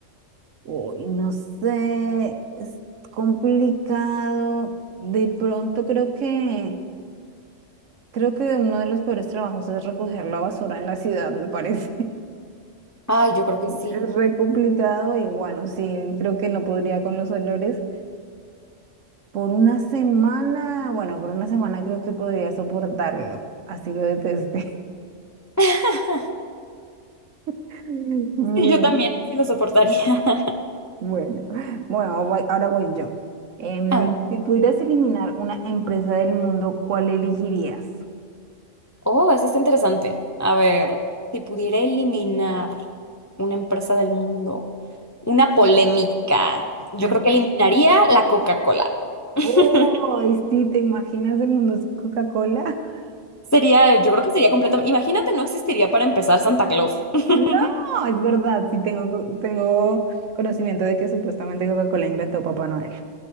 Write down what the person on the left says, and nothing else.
Ay, yo creo que sí.
<laughs>
Sí, yo también, sí lo soportaría. <laughs>
A ver.
Oh, eso está interesante. A ver, si pudiera eliminar una empresa del mundo, una polémica, yo
creo que eliminaría la Coca-Cola. <laughs>
Sería, yo creo que sería completamente. Imagínate, no existiría para empezar Santa Claus. <laughs>